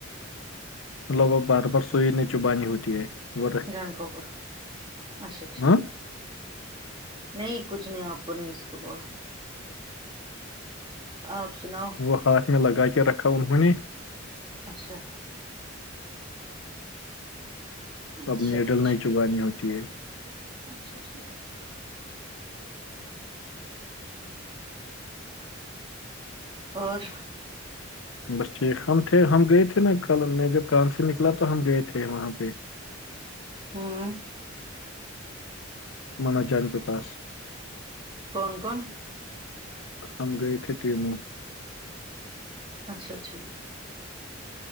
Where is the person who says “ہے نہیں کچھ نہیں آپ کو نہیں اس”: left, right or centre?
Right